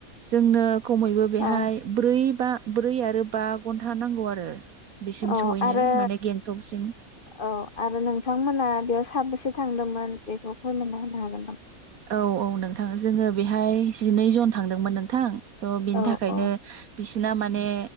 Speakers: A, on the right; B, on the left.
A: जोंनो खमैबो बेहाय
B: औ
A: ब्रै बा ब्रै आरो बा घन्टा नांगौ आरो बिसिम
B: औ
A: सहैनो
B: आरो
A: माने गेंटकसिम
B: औ आरो नोंथांमोना बेयाव साबेसे थांदोंमोन? बेखौ फोरमायना होनो हागोन नाम
A: औ औ नोंथां जोंङो बेहाय जिनै जन थांदोंमोन नोंथां। थ' बिनि
B: औ
A: थाखायनो
B: औ
A: बिस सिना माने